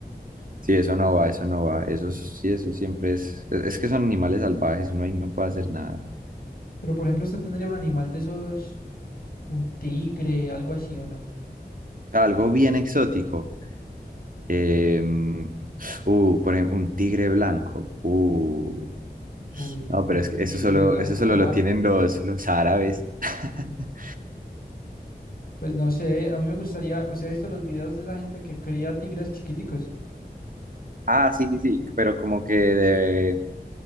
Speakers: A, on the right (about 55°); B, on the left (about 60°).
A: Sí, eso no va, eso no va. Eso sí, eso siempre es. Es es que son animales salvajes, uno ahí no puede hacer nada.
B: Pero, por ejemplo, usted tendría un animal de esos, un tigre, algo así o no.
A: Algo bien exótico. em, uh, por ejemplo, un tigre blanco. Uh.
B: Uy,
A: No,
B: un
A: pero es que
B: tigre
A: eso solo,
B: blanco,
A: eso solo
B: va.
A: lo tienen los, los árabes. <laughs>
B: Pues no sé, a mí me gustaría, ¿usted ha visto los videos de esa gente que cría tigres chiquiticos?
A: Ah, sí, sí, sí. Pero como que de,